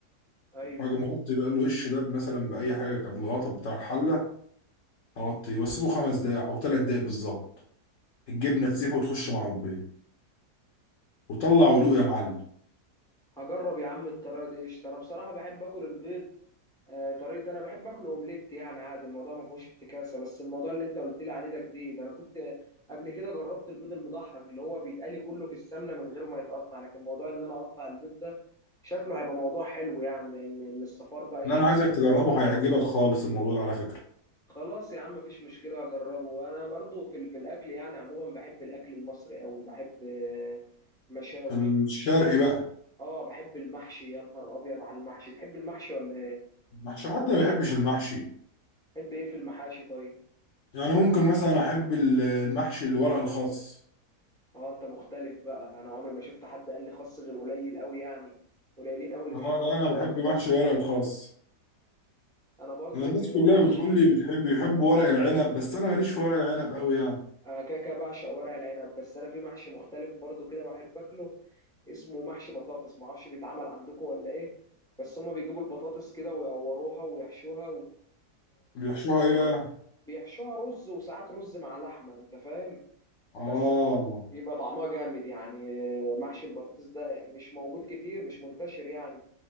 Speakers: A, in the centre; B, on the left.
A: ايوه
B: واجي مغطي بقى الوش ده مثلا باي حاجه بالغطا بتاع الحله اغطيه واسيبه خمس دقايق او ثلاث دقايق بالظبط الجبنه تسيح وتخش مع البيض وطلع ودوق يا معلم
A: هجرب يا عم الطريقة دي قشطة انا بصراحة بحب اكل البيض آه، طريقة أنا بحب أكله أومليت يعني عادي الموضوع ما فيهوش افتكاسة بس الموضوع اللي أنت قلت لي عليه ده جديد أنا كنت قبل كده جربت البيض المدحرج اللي هو بيتقلي كله في السمنة من غير ما يتقطع لكن موضوع إن أنا أقطع البيض ده شكله هيبقى موضوع حلو يعني لأن إن الصفار بقى
B: اللي
A: يشرب
B: انا عايزك
A: السمنة
B: تجربه هيعجبك خالص الموضوع ده على فكرة
A: خلاص يا عم مفيش مشكلة أجربه أنا برضو في, ال- في الأكل يعني عموما بحب الأكل المصري أوي بحب آه، المشاوي
B: الشرقي بقى
A: أه بحب المحشي يا نهار أبيض على المحشي تحب المحشي ولا إيه؟
B: محشي حد ما بيحبش المحشي
A: تحب إيه في المحاشي طيب؟
B: يعني ممكن مثلا احب ال- المحشي اللي ورق الخاص
A: اه انت مختلف بقى انا عمري ما شفت حد قال لي خس غير قليل قوي يعني قليلين قوي اللي بيحبوا
B: اه لا
A: محشي
B: انا بحب
A: ورق الخاص
B: محشي ورق الخاص
A: انا برضو
B: أنا الناس
A: في نوع
B: كلها
A: محشي
B: بتقول لي بتحب بيحب ورق العنب بس انا ماليش في ورق العنب قوي يعني
A: انا كده كده بعشق ورق العنب بس انا في محشي مختلف برضو كده بحب اكله اسمه محشي بطاطس ما اعرفش بيتعمل عندكم ولا ايه بس هما بيجيبوا البطاطس كده ويقوروها ويحشوها و...
B: بيحشوها ايه بقى
A: وبيحشوها رز وساعات رز مع لحمة انت فاهم
B: اه
A: بس بيبقى طعمها جامد يعني محشي البطاطس ده مش موجود كتير مش منتشر يعني